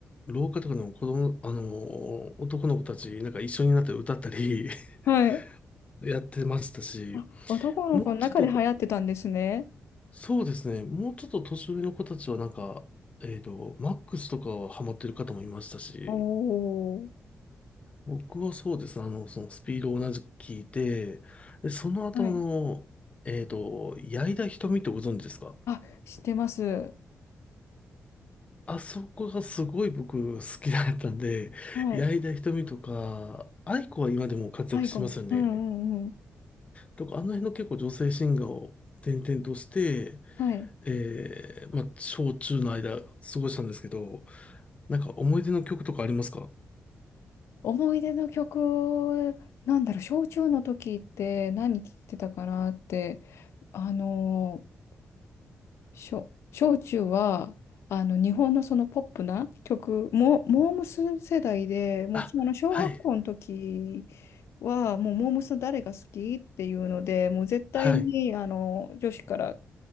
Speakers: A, on the left (about 30°); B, on the left (about 80°).
A: 廊下とかでも子供、あの、男の子たちなんか一緒になって歌ったり
B: はい。
A: <laughs> やってましたし、
B: あ、男の子の中で流行ってたんですね。
A: もうちょっとそうですね。もうちょっと年上の子たちはなんか、えっと、マックスとかはハマってる方もいましたし、
B: おー。
A: 僕はそうですね。あの、そのスピードを同じく聞いて、で、その後あの、
B: はい。
A: えっと、矢井田瞳ってご存知ですか
B: あ、知ってます。
A: あそこがすごい僕好きだったんで、
B: はい。
A: 矢井田瞳とか、愛子は今でも活躍しますよね。
B: アイゴン。うんうんうん。
A: とか、あの辺の結構女性シンガーを転々として、
B: はい。
A: えー、まあ、小中の間過ごしたんですけど、なんか思い出の曲とかありますか
B: 思い出の曲、なんだろう、小中の時って何聴いてたかなって、あのー、小、小中は、あの、日本のそのポップな曲、モ、モームス世代で、もうその小学校の時
A: あ、はい、
B: は、もうモームス誰が好きっていうので、もう絶対に、
A: はい、
B: あの、女子から